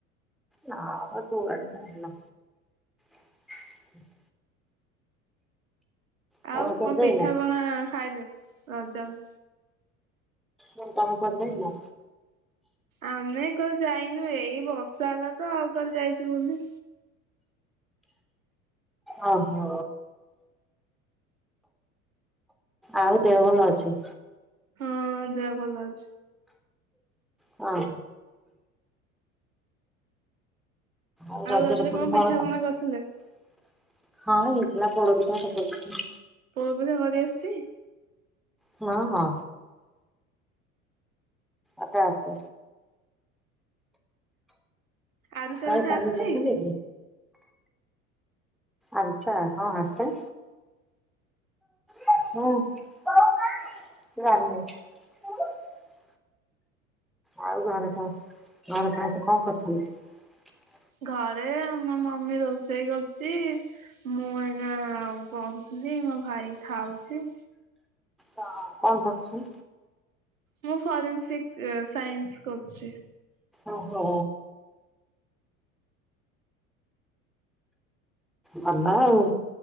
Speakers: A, in the centre; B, on the right.
A: ନ ଆ ପବାରେ ସାଇନ <inaudible> ତମେ
B: ଆଉ
A: କୁଆଡେ
B: କଣ
A: ଯାଇନ?
B: ପିଠାପଣା ଖାଇଲେ ରଜରେ?
A: କ କାମ କରଦାଇ ନା
B: ଆମେ କାଲି ଯାଇନୁ ଏଇ ବର୍ଷା ହେଲା ତ ଆଉ କାଲି ଯାଇଛୁ ବୋଲି
A: ଓ ହୋ। ଆଉ ଦେହ ଭଲ ଅଛି?
B: ହଁ ଦେ ଭଲ ଅଛି।
A: ହଁ। ଆଉ ରାଜାର
B: ରଜରେ
A: କଣ କଣ?
B: ପିଠା ପଣା କରିଥିଲେ?
A: <inaudible> ହଁ ନାଁ ପୋଡା ପିଠା କରିଦେବି।
B: ପପଜା କରି ଆସିଛି
A: ହଁ ହଁ ଆତେ ଆସ
B: ଆଜି ସେ
A: କାଇଁ
B: ଏଠ
A: ତମକୁ
B: ଆସିଛି?
A: ଆସେନି ଆଛା ହଁ ଆସେ। ହୁଁ। <inaudible> ଆଉ ଗାଁରେ ସାଙ୍ଗ ଗାରେ ସାଙ୍ଗ ତ କଣ କରିୁଛନ୍ତି?
B: ଘରେ ଆମ ମମି ରୋଷେଇ କରୁଛି ମୁଁ ଏ ନା ବ ଦେଇ ମୋ ଭାଇ ଖାଉଛି
A: ହ କଣ କରୁଛ?
B: ମୁଁ ଫରେନ୍ସିକ ସାଇନ୍ସ କରୁଛି।
A: ଓହୋ। ଭଲ ଆଉ।